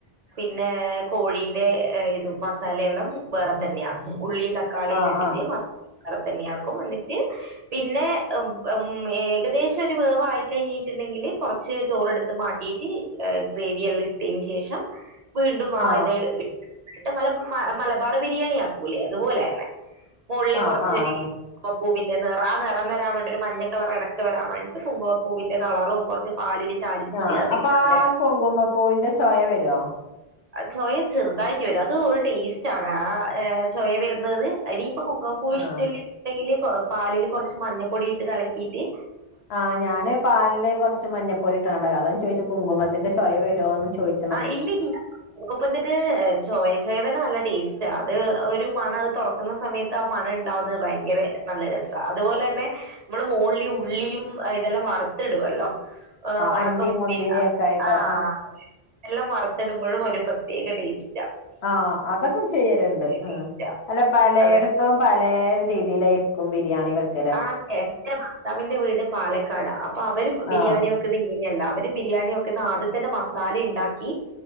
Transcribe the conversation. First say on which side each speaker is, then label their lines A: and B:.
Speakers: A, on the right (about 45°); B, on the left (about 85°).
A: പിന്നെ കോഴീന്റെ ഇത് മസാലെയെല്ലം വേറെ തന്നെ ആക്കും ഉള്ളിയും തക് ക്കാളിയെല്ലം
B: ആഹ്
A: ഇട്ടിട്ട് <inaudible> വേറെ തന്നെയാക്കും. എന്നിട്ട് പിന്നെ ഉം, ഏകദേശം ഒരു വേവ് ആയി കഴിഞ്ഞിട്ട്ണ്ടെങ്കില് കൊറച്ച് ചോറെട്ത്ത് മാറ്റീറ്റ് ഈഹ് ഗ്രേവിയെല്ലം ഇട്ടേന് ശേഷം വീണ്ടും
B: ആഹ്
A: ആ ഇത് ഇട്ട് മല മലബാർ ബിരിയാണി ആക്കൂലേ? അതുപോലെന്നെ. മോൾല്
B: ആഹ്
A: കൊർച്ചൊരു
B: ആഹ് ആഹ്
A: കുങ്കുമപ്പൂവിന്റെ നെറാ നെറം വരാവേണ്ടിയൊരു മഞ്ഞക്കളർ എടക്ക് വരാൻ വേണ്ടിട്ട് കുങ്കുമപ്പൂവിന്റെ കളറും കൊർച്ച് പാലില് ചാലിച്ചിട്ട്
B: ആഹ്
A: അതില്
B: അപ്പൊ
A: <unintelligible>
B: ആ കുങ്കുമപ്പൂവിന്റെ ചൊയ വെരോ?
A: ചൊയ ചെർതായിട്ട് വരു. അത് ഒരു ടേസ്റ്റാണ് ആ ചൊയ വെര്ന്നത്. ഇനിയിപ്പം കുങ്കുമപ്പൂവ്
B: ആഹ്
A: ഇഷ്ടല്ലണ്ടെങ്കില് പാലില് കൊറച്ച് മഞ്ഞപ്പൊടി ഇട്ട് കലക്കീറ്റ്
B: ആഹ് ഞാന് പാലില് കൊറച്ച് മഞ്ഞപ്പൊടിട്ടാണ്ട. അതാ ഞാൻ ചോയ്ച്ചെ കുങ്കുമത്തിന്റെ ചൊയ വരോന്ന് ചോയ്
A: ആഹ് ഇല്ലില്ല. കുങ്കുമത്തിന് ചൊവ ഷേവന്റെ നല്ല ടേസ്റ്റാ. അത് ഒരു മണാ അത് തൊറക്ക്ന്ന സമയ ത്താ മണണ്ടാവ്ന്നത് ഭയങ്കര നല്ല രസാ. അതുപോലന്നെ ഇമ്മള് മോൾലീ ഉള്ളിയും ഇതെല്ലം വറ്ത്തിടുവല്ലോ? ആഹ് ഒണക്കമുന്തിരിങ്ങ,
B: അണ്ടിയും മുന്തിരിയും ഒക്കെ ആയിട്ട്
A: ആഹ്. എല്ലം വറ്ത്തിട്മ്പഴും ഒരു പ്രത്യേക ടേസ്
B: ആഹ് അതൊക്കെ ചെയ്യലിണ്ട് ഈഹ്.
A: ടേസ്റ്റാ
B: അല്ല പലേടത്
A: അത്
B: ത്തും പലേ രീതീലായിരിക്കും ബിരിയാണി വെക്
A: ആഹ് എന്റെ ഭർത്താവിന്റെ വീട് പാലക്കാടാ. അപ്പൊ അവര് ബിരിയാണി
B: ആഹ്
A: വെക് ക്ക്ന്നെ ഇങ്ങനെയല്ല. അവര് ബിരിയാണി വെക്ക്ന്നെ ആദ്യത്തന്നെ മസാലയിണ്ടാക്കി